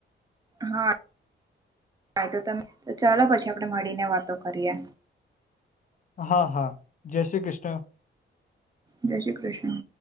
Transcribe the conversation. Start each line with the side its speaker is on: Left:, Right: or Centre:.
Right: હા, તો તમે ચાલો પછી આપણેે મળીને વાતો કરીએ.
Left: હા હા જય શ્રી કૃષ્ણ.
Right: જય શ્રી કૃષ્ણ.